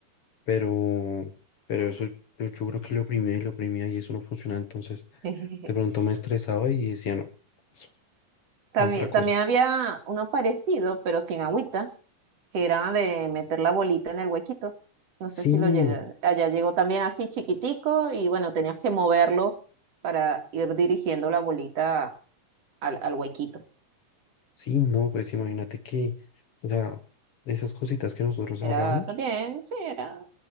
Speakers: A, on the left (about 55°); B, on the right (about 50°).
A: pero, pero eso yo, yo creo que lo oprimía y lo oprimía y eso no funcionaba, entonces
B: <laughs>
A: de pronto me estresaba y decía, no, es
B: También,
A: a otra cosa.
B: también había uno parecido, pero sin agüita, que era de meter la bolita en el huequito. No sé
A: Sí,
B: si lo llega Allá llegó también así chiquitico y bueno, tenías que moverlo para ir dirigiendo la bolita al, al huequito.
A: sí, no, pues imagínate que, o sea, esas cositas que nosotros
B: Era
A: hablamos,
B: también, sí, era.